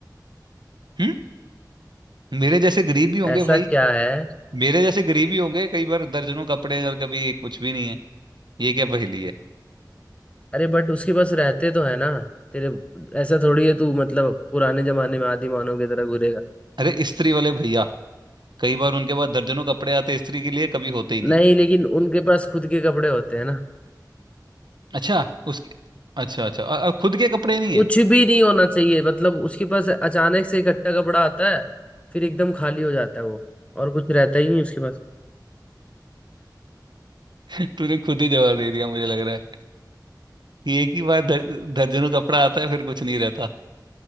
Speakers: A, on the right; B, on the left.
A: हम्म मेरे जैसे गरीब भी होंगे
B: ऐसा
A: भाई
B: क्या है
A: मेरे जैसे गरीब ही होंगे कई बार दर्जनों कपड़े हैं और कभी कुछ भी नहीं है ये क्या पहेली है
B: अरे बट उसके पास रहते तो है ना तेरे ऐसा थोड़ी है तू मतलब पुराने जमाने में आदि मानव की तरह घूरेगा
A: अरे इस्त्री वाले भैया कई बार उनके पास दर्जनों कपड़े आते हैं इस्त्री के लिए कभी होते ही नहीं
B: नहीं लेकिन उनके पास खुद के कपड़े होते हैं ना
A: अच्छा उसकी अच्छा अच्छा अ- अ, खुद के कपड़े नहीं
B: कुछ
A: है
B: भी नहीं होना चाहिए मतलब उसके पास अचानक से इकट्ठा कपड़ा आता है फिर एकदम खाली हो जाता है वो और कुछ रहता ही नहीं उसके पास
A: <laughs> तूने खुद ही जवाब दे दिया मुझे लग रहा है कि एक ही बार दर, दर्जनों कपड़ा आता है फिर कुछ नहीं रहता